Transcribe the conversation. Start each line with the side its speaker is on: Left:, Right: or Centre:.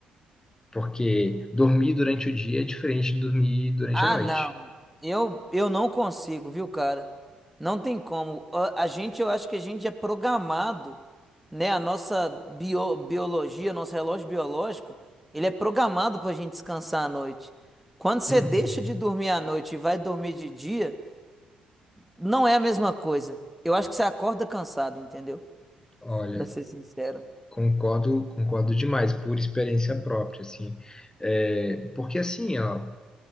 Left: Porque dormir durante o dia é diferente de dormir durante
Centre: Ah,
Left: a noite.
Centre: não. Eu, eu não consigo, viu, cara? Não tem como. A, a gente, eu acho que a gente é programado, né? A nossa bio, biologia, nosso relógio biológico, ele é programado pra gente descansar à noite. Quando você
Left: Uhum.
Centre: deixa de dormir à noite e vai dormir de dia, não é a mesma coisa. Eu acho que você acorda cansado, entendeu?
Left: Olha,
Centre: Pra ser sincero.
Left: Concordo, concordo demais, por experiência própria, assim. É, porque assim, ó,